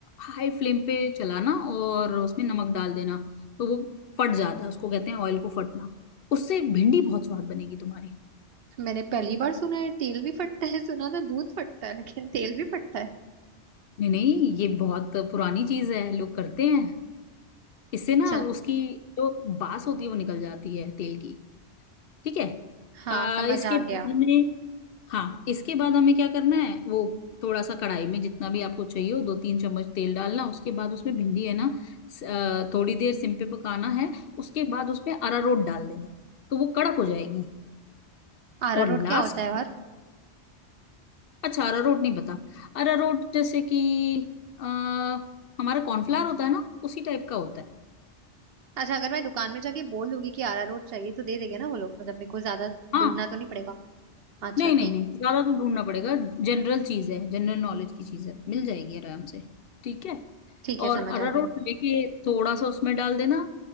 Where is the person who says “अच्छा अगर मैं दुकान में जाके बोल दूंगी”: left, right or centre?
Right